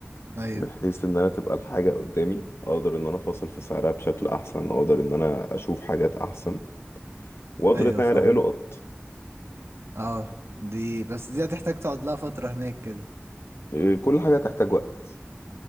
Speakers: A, on the right; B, on the left.
A: ايوه
B: بحيث ان انا تبقى الحاجة قدامي اقدر ان انا افاصل في سعرها بشكل احسن اقدر ان انا اشوف حاجات احسن واقدر
A: ايوه
B: ان انا
A: فاهم
B: الاقي لقط
A: اه دي بس دي هتحتاج تقعد لها فتره هناك كده
B: إيه، كل حاجة تحتاج وقت